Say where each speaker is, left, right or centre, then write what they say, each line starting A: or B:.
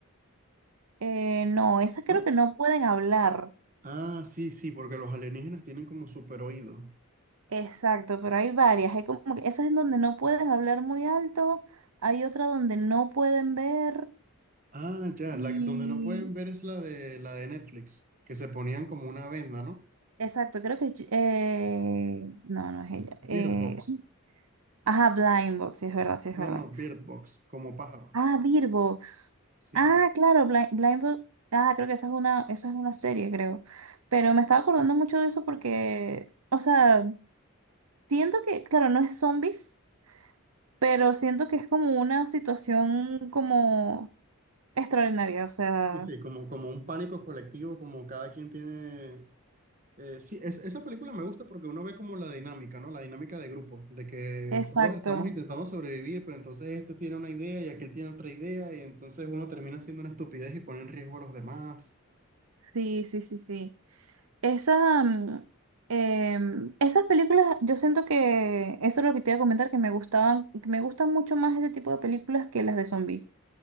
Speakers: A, on the right; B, on the right.
A: eh, no, esas creo
B: ¿no?
A: que no pueden hablar.
B: Ah, sí, sí, porque los alienígenas tienen como super oído.
A: Exacto, pero hay varias. Hay como que esas en donde no pueden hablar muy alto, hay otra donde no pueden ver
B: Ah, ya,
A: y
B: la que- donde no pueden ver es la de la de Netflix, que se ponían como una venda, ¿no?
A: exacto, creo que es- eh, no, no es ella.
B: Bird
A: Eh,
B: Box.
A: ajá, Blind Box, sí es verdad, sí es verdad.
B: No, no, Bird Box, como pájaro.
A: Ah, Beerbox.
B: Sí,
A: Ah,
B: sí.
A: claro, Blind, Blindfold- Ah, creo que esa es una, esa es una serie, creo. Pero me estaba acordando mucho de eso porque, o sea, siento que, claro, no es zombies, pero siento que es como una situación como extraordinaria, o sea,
B: Sí, sí, como, como un pánico colectivo, como cada quien tiene... Eh, sí, es- esa película me gusta porque uno ve como la dinámica, ¿no? La dinámica de grupo, de que
A: exacto.
B: todos estamos intentando sobrevivir, pero entonces este tiene una idea y aquel tiene otra idea, y entonces uno termina haciendo una estupidez y pone en riesgo a los demás.
A: Sí, sí, sí, sí. Esa, mm, em, esas películas, yo siento que eso es lo que te iba a comentar, que me gustaban, que me gustan mucho más este tipo de películas que las de zombies.